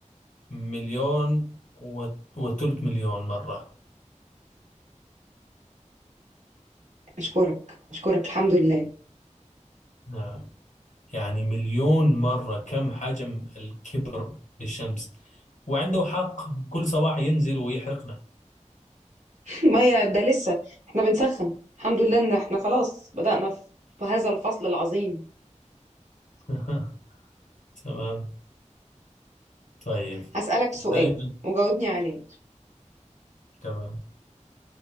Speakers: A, on the left; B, on the right.
A: مليون و- وثلث مليون مرة
B: أشكرك أشكرك الحمد لله
A: نعم يعني مليون مرة كم حجم الكبر للشمس وعنده حق كل صباح ينزل ويحرقنا
B: <laughs> مية ده لسه احنا بنسخن الحمد لله إن احنا خلاص بدأنا في في هذا الفصل العظيم
A: <laughs> تمام طيب
B: هسألك سؤال
A: تقريبا
B: وجاوبني عليه
A: تمام